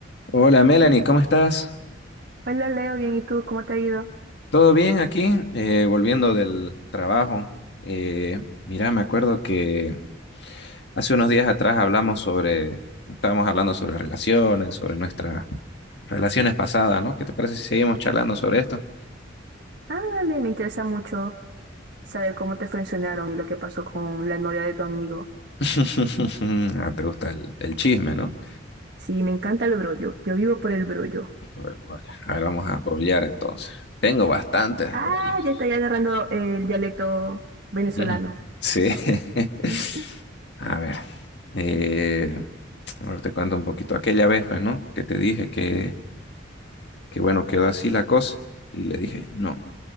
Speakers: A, on the left; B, on the right.
A: Hola Melanie, ¿cómo estás?
B: Hola Leo, bien, ¿y tú? ¿Cómo te ha ido?
A: ¿Todo bien aquí? Eh, volviendo del trabajo. Eh, mira, me acuerdo que hace unos días atrás hablamos sobre, estábamos hablando sobre relaciones, sobre nuestras relaciones pasadas, ¿no? ¿Qué te parece si seguimos charlando sobre esto?
B: Ah, dale, me interesa mucho saber cómo te frencionaron y lo que pasó con la novia de tu amigo.
A: <laughs> Ah, te gusta el, el chisme, ¿no?
B: Sí, me encanta el brollo, yo vivo por el brollo.
A: Sobre brollas. A ver, vamos a brollar entonces. Tengo bastantes
B: Ah,
A: brollas.
B: ya está ya agarrando el dialecto venezolano.
A: Ujú. Sí. <laughs>
B: <laughs> Ujú.
A: A ver. eh, a ver, te cuento un poquito. Aquella vez, pues, ¿no? Que te dije que que bueno, quedó así la cosa. Y le dije, no.